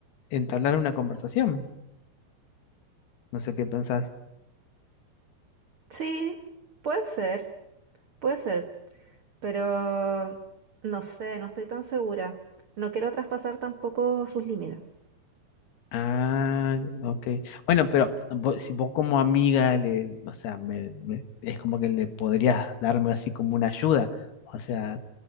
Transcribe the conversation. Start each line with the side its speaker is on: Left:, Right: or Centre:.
Left: entablar una conversación. No sé qué pensás.
Right: Sí, puede ser, puede ser. Pero no sé, no estoy tan segura. No quiero traspasar tampoco sus límites.
Left: Ah, ok. Bueno, pero vos- si vos como amiga, le, o sea, me- me- es como que le podrías darme así como una ayuda. O sea,